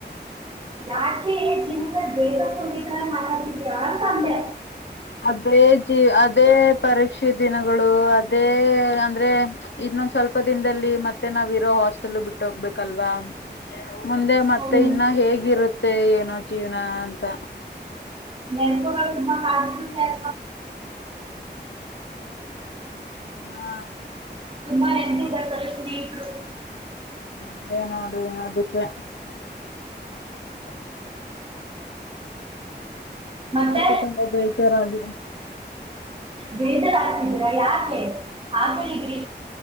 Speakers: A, on the right; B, on the left.
A: ಯಾಕೆ ಜೀವದಲ್ಲಿ ಬೇೇಕ ತಾರ ಮಾತಾತಿದೀರ ತಂದೆ
B: ಅದೇ ಜೀ ಅದೇ ಪರೀಕ್ಷೆ ದಿನಗಳು ಅದೇ ಅಂದ್ರೆ ಇನ್ನೊಂದ್ ಸ್ವಲ್ಪ ದಿನದಲ್ಲಿ ಮತ್ತೆ ನಾವ್ಿರೋ ಹಾಸ್ಟೆಲ್ ಬಿಟ್ಟ ಹೋಗ್ಬೇಕಲ್ವಾ ಮುಂದೆ ಮತ್ತೆ
A: ಹೌದು
B: ಇನ್ನ ಹೇಗಿರುತ್ತೆ ಮತ್ತೆ ಏನೋ ಜೀವನ ಅಂತ
A: ನೆನಪುಗಳು ತುಂಬಾ ಕಾಣುತ್ತ <inaudible>
B: ಹಾ
A: <inaudible>
B: ಮದೆ ನೋಡಿದಿಕ್ಕೆ ಹ ಹ
A: ಮತ್ತೆ
B: ಅದಕ್ಕೆ ತುಂಬಾ ಬೇಜಾರಾಗಿತ್ <unintelligible>
A: ಬೇಜರ್ ಅಂತಿದಿರ ಯಾಕೆ ಆಗ್ಬಿಟ್ಟಿದ್ರಿ